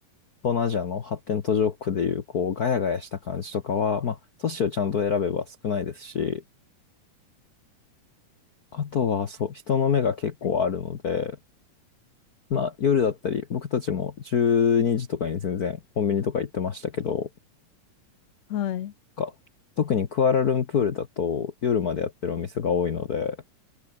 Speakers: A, on the left; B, on the left.
A: 東南アジアの発展途上国でいう、こう、ガヤガヤした感じとかは、まあ、都市をちゃんと選べば少ないですし、あとは、そう、人の目が結構あるので、
B: はい
A: まあ、夜だったり、僕たちも12時とかに全然コンビニとか行ってましたけど、
B: はい。
A: か特にクアラルンプールだと夜までやってるお店が多いので、